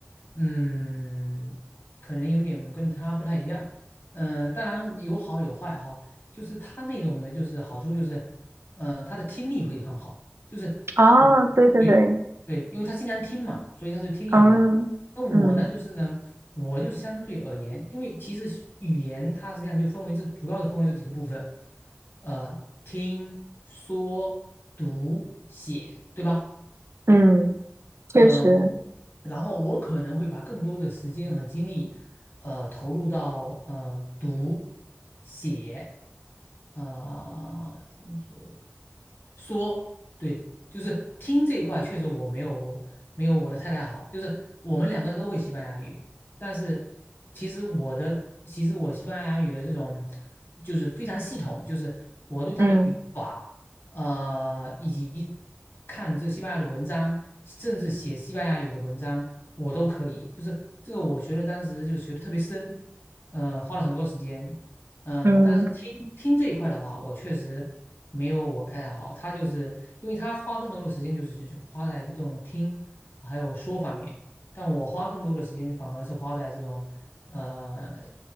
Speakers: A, on the left; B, on the right.
A: 嗯，可能有点跟他不太一样。呃，当然有好有坏哈，就是他那种的，就是好处就是，呃，他的听力会很好，就是，
B: 哦，
A: 嗯，
B: 对对对，
A: 对对，因为他经常听嘛，所以他就听力比较好。
B: 嗯嗯
A: 那我呢，就是呢，我就是相对而言，因为其实语言它实际上就分为这主要是分为这几个部分，呃，听、说、读、写，对吧？
B: 嗯，确实，
A: 嗯，然后我可能会把更多的时间和精力，呃，投入到呃读、写，啊、听说。说，对，就是听这一块确实我没有没有我的太太好，就是我们两个都会西班牙语，但是其实我的其实我西班牙语的这种就是非常系统，就是我对它的语法，
B: 嗯
A: 呃，以及看这西班牙的文章，甚至写西班牙语的文章，我都可以，就是这个我学的当时就学的特别深，呃，花了很多时间，嗯、
B: 嗯。
A: 呃但是听听这一块的话，我确实没有我太太好。她就是因为她花更多的时间就是就花在这种听还有说方面，但我花更多的时间反而是花在这种呃